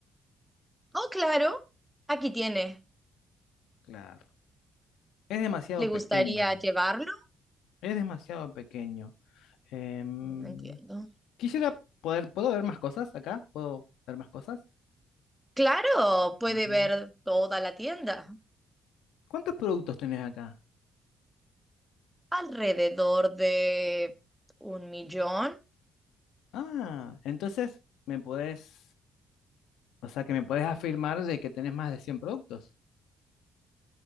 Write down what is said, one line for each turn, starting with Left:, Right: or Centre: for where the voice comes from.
Centre: Oh, claro. Aquí tiene.
Left: Claro. Es demasiado
Centre: ¿Le
Left: pequeño.
Centre: gustaría llevarlo?
Left: Es demasiado pequeño. Em,
Centre: No entiendo.
Left: quisiera poder... ¿Puedo ver más cosas acá? ¿Puedo ver más cosas?
Centre: Claro, puede
Left: Ujú.
Centre: ver toda la tienda,
Left: ¿Cuántos productos tenés acá?
Centre: alrededor de un millón.
Left: Ah, entonces me podés... O sea, que me puedes afirmar de que tenés más de 100 productos.